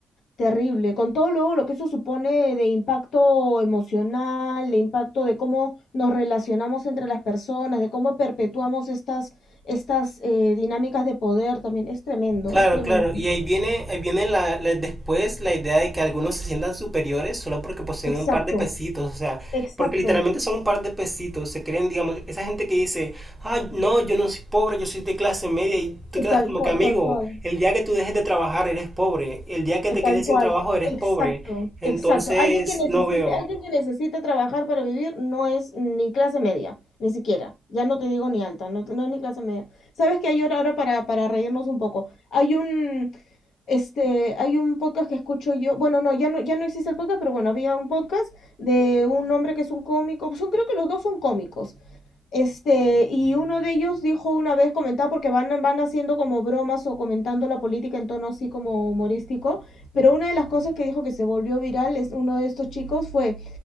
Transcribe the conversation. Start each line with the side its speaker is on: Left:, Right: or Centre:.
Left: Terrible, con todo luego lo que eso supone de impacto emocional, de impacto de cómo nos relacionamos entre las personas, de cómo perpetuamos estas, estas eh, dinámicas de poder también. Es tremendo,
Centre: Claro,
Left: es tremendo.
Centre: claro. Y ahí viene, ahí viene la, la- después la idea de que algunos se sientan superiores solo porque poseen
Left: Exacto,
Centre: un par de pesitos, o sea,
Left: exacto,
Centre: porque literalmente son un par de pesitos, se creen, digamos, esa gente que dice, ah, no, yo no soy pobre, yo soy de clase media, y tú quedas
Left: tal
Centre: como
Left: cual,
Centre: que amigo,
Left: tal cual,
Centre: el día que tú dejes de trabajar eres pobre, el día que
Left: eh,
Centre: te
Left: tal
Centre: quedes
Left: cual,
Centre: sin trabajo eres
Left: exacto,
Centre: pobre, entonces
Left: exacto. Alguien que necesite,
Centre: no veo.
Left: alguien que necesite trabajar para vivir no es ni clase media, ni siquiera. Ya no te digo ni alta, no, no es ni clase media. ¿Sabes qué hay ahora ahora para, para reírnos un poco? Hay un, Este, hay un podcast que escucho yo, bueno, no, ya no, ya no existe el podcast, pero bueno, había un podcast de un hombre que es un cómico, son, creo que los dos son cómicos, este, y uno de ellos dijo una vez, comentaba, porque van, van haciendo como bromas o comentando la política en tono así como humorístico, pero una de las cosas que dijo que se volvió viral, es uno de estos chicos, fue,